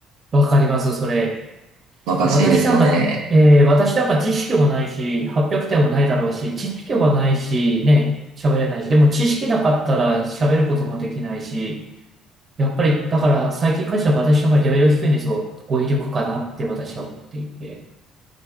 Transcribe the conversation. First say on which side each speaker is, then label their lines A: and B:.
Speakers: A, on the right (about 35°); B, on the right (about 85°).
A: あ、わかります、それ。
B: もどかしいですよね。
A: 私なんか、えー私なんか知識もないし、800点もないだろうし、知識もないし、ね、喋れないし、でも知識なかったら喋ることもできないし、やっぱり、だから最近会社は私の場合レベル低いんですよ。語彙力かなって私は思っていて。